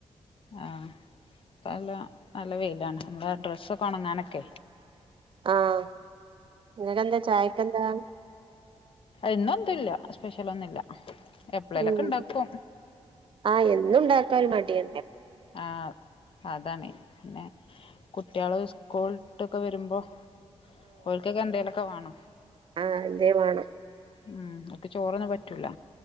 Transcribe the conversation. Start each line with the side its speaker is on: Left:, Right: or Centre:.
Left: ആ ഇപ്പല്ലാം നല്ല വെയിലാണ് നമ്മളെ ഡ്രസ്സൊക്കൊ ഉണങ്ങാനൊക്കെ
Right: ആഹ് ഇങ്ങക്കെന്താ ചായക്കെന്താ
Left: ഇന്നെന്തുല്ല സ്പെഷ്യലൊന്നുല്ല എപ്പളേലൊക്കെ
Right: ഉം
Left: ഇണ്ടാക്കും
Right: ആ എന്നുണ്ടാ ഒരു മടിയെന്നെ
Left: ആഹ അതാണ് പിന്നെ കുട്ട്യാള് സ്കൂളുട്ടൊക്കെ വരുമ്പോ ഓൽക്കൊക്കെ എന്തേലൊക്കെ വാണം
Right: ആ എന്തേ മാണം
Left: ഉം ഓക്ക് ചോറൊന്നും പറ്റൂല